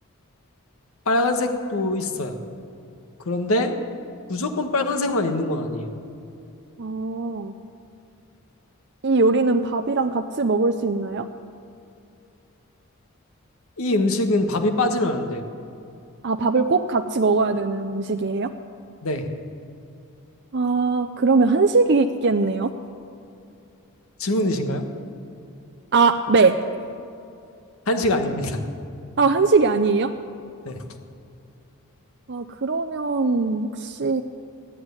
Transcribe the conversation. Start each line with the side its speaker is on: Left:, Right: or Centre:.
Left: 빨간색도 있어요. 그런데 무조건 빨간색만 있는 건 아니에요.
Right: 아, 이 요리는 밥이랑 같이 먹을 수 있나요?
Left: 이 음식은 밥이 빠지면 안 돼요.
Right: 아, 밥을 꼭 같이 먹어야 되는 음식이에요?
Left: 네,
Right: 아, 그러면 한식이겠네요.
Left: 질문이신가요?
Right: 아, 네.
Left: 한식 아닙니다. <laughs>
Right: 아, 한식이 아니에요?
Left: 네,
Right: 아, 그러면 혹시